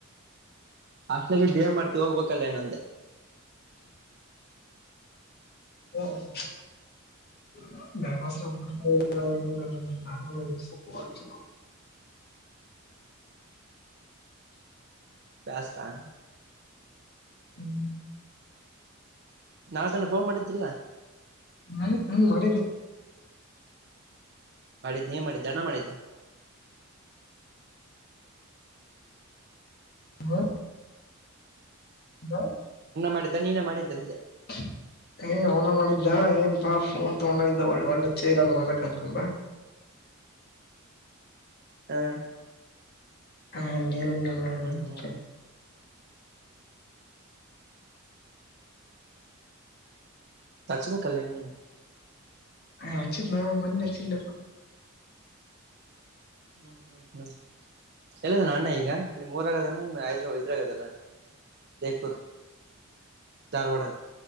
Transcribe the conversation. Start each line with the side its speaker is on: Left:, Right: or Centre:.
Right: ಅಲಕ್ಕೆ ದವ ಮಾರತ <inaudible> ಹೋಗ್ಬೇಕಲ್ಲ ನಂದೆ <inaudible>
Left: ಹಾ <inaudible> <inaudible> <unintelligible>
Right: ಬಸ್ಟಾನ್ <inaudible>
Left: ಹ್ಮ್ <inaudible>
Right: ನಾ ಸಣ್ಣ ಫೋನ್ ಮಾಡಿದ್ದಿಲ್ಲ <inaudible>
Left: ಹ್ಮ ಹ ಮಾಡಿದ್ದೆ <inaudible>
Right: ಮಾಡಿದ್ದ ನೀ ಮಾಡಿದ್ದಣ ಮಾಡಿದ್ದ <inaudible>
Left: ಹ <inaudible> ಹ <inaudible>
Right: ಮಾಡಿದ್ದೆ ನೀನ ಮಾಡಿದ್ದ ಅೆ <inaudible>
Left: <unintelligible> ಏ ಅವ್ನ ಮಾಡಿದ್ದ ಏನ್ಪಾ ಫೋನ್ ತಗೊಂಡಿದ್ದ ಒ ಒಳ್ಳೆ ಚೆ ಇಲ ಅಲ್ಲ ಮಲಕ್ ಅಂತಂದ್ರ <inaudible>
Right: ಹಾ <inaudible>
Left: ಹಾಂಗೇನಲ್ಲ <inaudible>
Right: ಹ್ಮ್ ತಚ ಪಕ್ಕಲ್ಲೇನ <inaudible>
Left: ಹ ಚಿ ನ ಮನ್ನ ಚಿನ್ನಪ್ಪ <inaudible>
Right: ಹ್ಮ್ ಹ್ಮ್ ಹ್ಮ್ ಎಲ್ಲದಾನ ಅಣ್ಣ ಈಗ ನಿಮ್ ರಾಗ ಅದಾನ ಐದ್ರ ಐದ್ರಾಗ ಅದಾನ <inaudible> ಜಯಪುರ್ ಧಾರವಾಡ.